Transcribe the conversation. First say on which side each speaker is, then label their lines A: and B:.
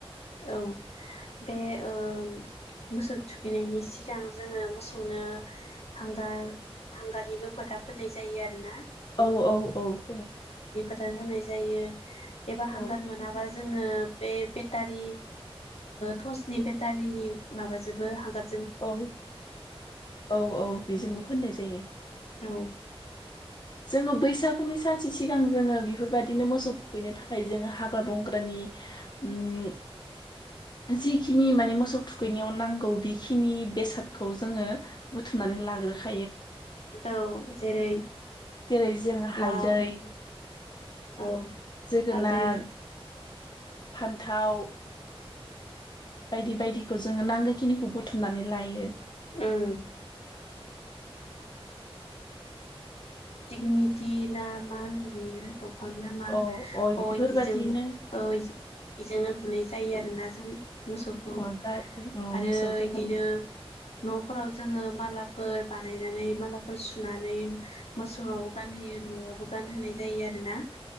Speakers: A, on the left; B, on the left.
A: औ बे ओम मोसौ थुखैनायनि सिगां जोङो मोसौनो हांगार हांगारनिबो फोथा फोन्नाय जायो आरोना।
B: औ औ औ ।
A: <unintelligible> होनाय जायो। एबा हांगार
B: औ
A: मोनाबा जोङो बे दारि टर्सनि बेटारिनि माबाजोबो हांगार।
B: औ औ औ बेजोंबो फोननाय जायो।
A: <unintelligible>
B: जोङो बैसागुनि सानसे सिगां जोङो बिफोरबायदिनो मोसौ थुखैनो थाखाय जोङो हाग्रा बंग्रानि उम जिखिनि माने मोसौ थुखैनायाव नांगौ बिखिनि बेसादखौ जोङो बुथुमनानै लाग्रोखा
A: औ जेरै।
B: जेरै जोङो हालदै।
A: लाव औ।
B: जोगोनार
A: हालदै।
B: फान्थाव बायदि बायदिखौ जोङो नांगोखिनिखौ बुथुमनानै लायो।
A: उम। दिगनिटि ना मा होनो बियो। दंफां नामा
B: अ
A: अ <unintelligible>
B: बेफोरबादिनो
A: <unintelligible> ‌आरोना जों। मोसौखौ
B: अ जाहाथे औ
A: आरो
B: मोसौफोरा
A: इदिनो न। <unintelligible> जोङो मालाफोर बानायनानै मालाफोर सुनानै। मोसौवाव गानहोयो न'आवबो गानहोनाय जायो आरोना।